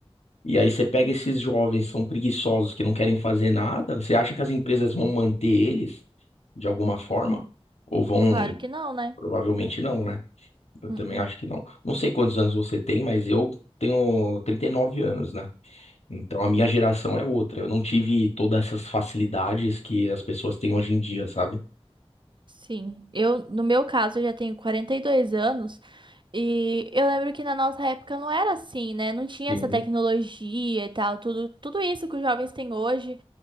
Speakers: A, on the left (about 85°); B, on the right (about 50°).
A: E aí você pega esses jovens, são preguiçosos, que não querem fazer nada, você acha que as empresas vão manter eles, de alguma forma? Ou vão...
B: Claro que não, né?
A: Provavelmente não, né? Eu
B: Uhum.
A: também acho que não. Não sei quantos anos você tem, mas eu tenho 39 anos, né? Então a minha geração é outra. Eu não tive todas essas facilidades que as pessoas têm hoje em dia, sabe?
B: Sim, eu, no meu caso, eu já tenho 42 anos e eu lembro que na nossa época não era assim, né? Não tinha
A: Sim,
B: essa tecnologia e tal, tudo, tudo isso que os jovens têm hoje,